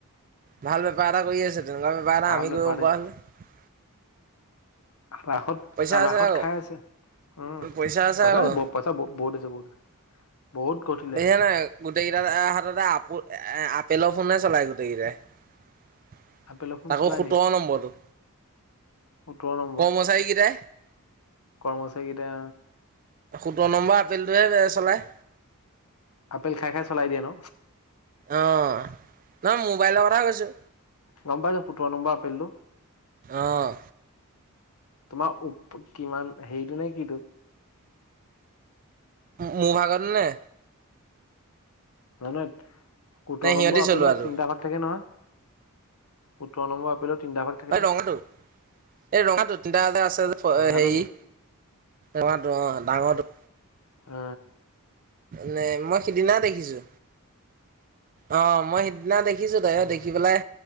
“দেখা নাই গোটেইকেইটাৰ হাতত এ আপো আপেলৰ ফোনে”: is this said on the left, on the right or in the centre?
Right